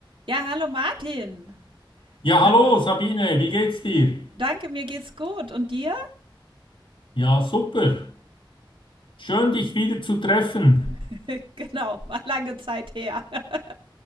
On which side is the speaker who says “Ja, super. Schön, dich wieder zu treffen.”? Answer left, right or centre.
Left